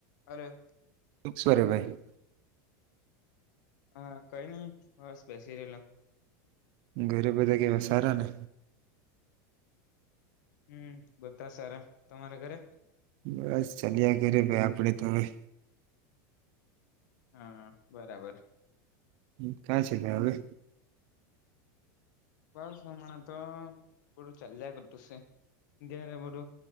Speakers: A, on the left; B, on the right.
A: અરે
B: <unintelligible> રે ભાઈ.
A: હા કઈ નઈ, બસ બેસી રએલા.
B: ઘરે બધા કેવા, સારા ને?
A: હમ્મ, બધા સારા. તમારા ઘરે?
B: બસ ચાલ્યા ઘરે ભાઈ આપડે તો હવે.
A: હા બરાબર.
B: હમ્મ ક્યાં છે તે હવે?
A: બસ હમણાં તો બધું ચાલ્યા કરતું સે, ઘેરે બધું